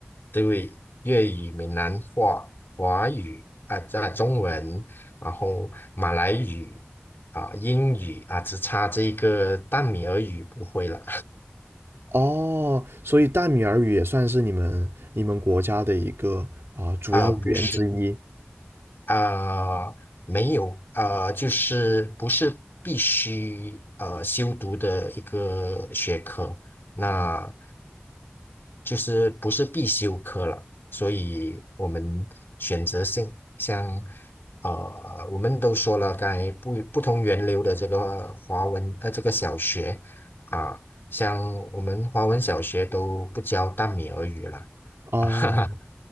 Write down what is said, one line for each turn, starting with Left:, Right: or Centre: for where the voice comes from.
Left: 对于粤语、闽南话、华语啊啊中文，然后马来语啊英语啊，只差这个淡米尔语不会了
Right: 哦，所以淡米尔语也算是你们你们国家的一个啊、主要语言之一
Left: 啊，不是啊、没有啊、就是不是必须呃修读的一个学科，那就是不是必修科了，所以我们选择性像呃我们都说了，刚才不不同源流的这个华文呃这个小学啊、像我们华文小学都不教淡米尔语了
Right: 哦。
Left: <laughs> 啊哈哈，